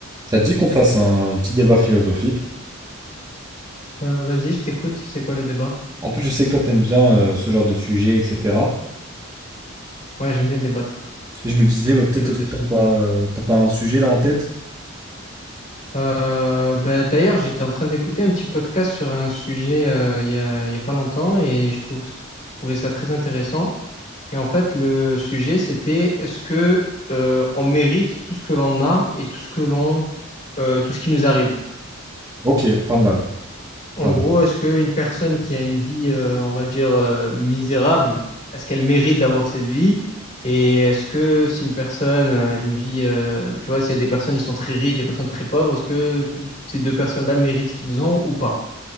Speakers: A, on the right (about 15°); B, on the left (about 35°).
A: Ça te dit qu'on fasse un petit débat philosophique?
B: Euh, vas-y, je t'écoute. C'est quoi le débat?
A: En plus, je sais que toi, t'aimes bien euh, ce genre de sujet, etc.
B: Ouais, j'aime bien débattre.
A: Et je me disais, bah, peut-être
B: Philosophie.
A: que t'as pas, euh, t'as pas un sujet là en tête?
B: Euh, bah, d'ailleurs, j'étais en train d'écouter un petit podcast sur un sujet euh, il y a, il y a pas longtemps et je trouve, je trouvais ça très intéressant. Et en fait, le sujet, c'était est-ce que euh, on mérite tout ce que l'on a et tout ce que l'on, euh, tout ce qui nous arrive?
A: Ok, pas mal,
B: En
A: pas
B: gros,
A: mal.
B: est-ce qu'une personne qui a une vie, euh, on va dire, euh, misérable, est-ce qu'elle mérite d'avoir cette vie? Et est-ce que si une personne a une vie, euh, tu vois, s'il y a des personnes qui sont très riches, des personnes très pauvres, est-ce que toutes ces deux personnes-là méritent ce qu'ils ont ou pas?